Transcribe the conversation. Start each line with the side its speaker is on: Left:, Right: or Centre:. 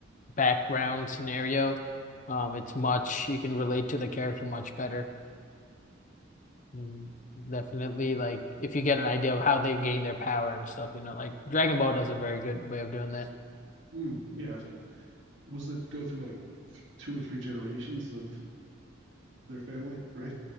Left: background scenario. Um, it's much you can relate to the character much better. Mm, Definitely, like if you get an idea of how they gain their power and stuff, you know, like Dragon Ball does a very good way of doing that.
Right: Mm, yeah, wasn't it go through like two or three generations of their family, right?